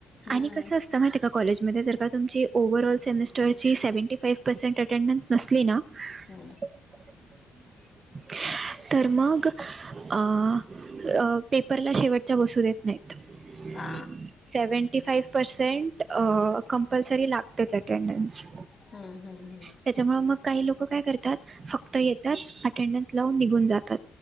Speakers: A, on the left; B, on the right.
A: हम्म
B: आणि कसं असतं. माहितीये का कॉलेजमध्ये जर का तुमची ओव्हर ऑल सेमिस्टर- ची सेवेने पाय पर्सेंट अटेंडन्स नसली ना,
A: हम्म
B: लवकर भेटू <inaudible> तर मग अ अ पेपरला शेवटच्या बसू देत नाही. नाहीत.
A: हा
B: सेवेनटी फाय पर्सेंट अ कंपल्सरी लागतेच अटेंडन्स,
A: हम्म हम्म हम्म
B: त्यांच्यामुळे मग काही लोक काय करतात फक्त येतात अटेंडन्स लावून निघून जातात.